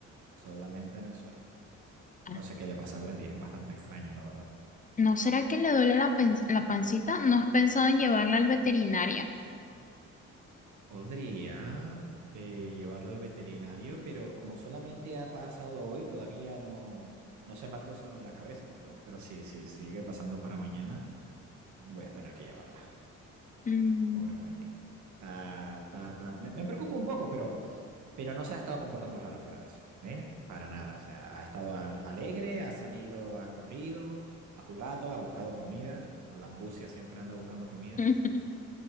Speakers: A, on the right (about 75°); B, on the left (about 25°).
A: solamente en el suelo.
B: Ah,
A: No sé qué le pasa a Wendy, es bastante extraño, la verdad.
B: ¿No será que le duele la, pen- la pancita? ¿No has pensado en llevarla al veterinario?
A: Podría eh, llevarla al veterinario, pero como solamente ha pasado hoy, todavía no, no se me ha cruzado en la cabeza, pero, pero sí, sí, sigue pasando para mañana, voy a tener que llevarla.
B: Mm,
A: Pobre Wendy. Ta, ta, ta. Me, me preocupa un poco, pero pero no se ha estado comportando raro fuera de eso, ¿eh? Para nada, o sea, ha estado al- alegre, ha salido, ha corrido, ha jugado, ha buscado comida, o sea, la ambucia siempre anda buscando comida,
B: <laughs>